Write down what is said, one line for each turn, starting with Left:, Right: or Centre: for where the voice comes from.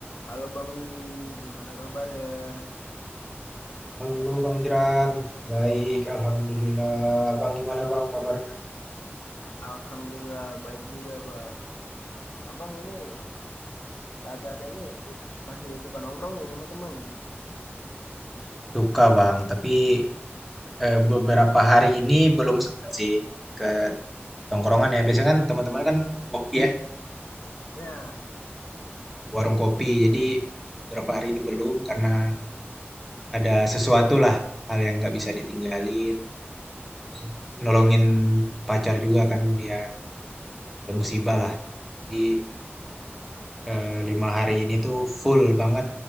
Left: Halo Bang Willy, gimana kabar ya?
Centre: Halo Bang Jeran, baik Alhamdulillah. Bang gimana Bang kabarnya?
Left: Alhamdulillah baik juga Bang. Abang ini saat-saat ini masih suka nongkrong nih sama teman.
Centre: Suka bang, tapi eh, beberapa hari ini belum sempet sih ke tongkrongan ya. Biasanya kan teman-teman kan ngopi ya,
Left: Ya,
Centre: ke warung kopi. Jadi beberapa hari ini belum karena ada sesuatu lah hal yang nggak bisa ditinggalin. Terus nolongin pacar juga kan dia ada musibah lah. Jadi eh, lima hari ini tuh full banget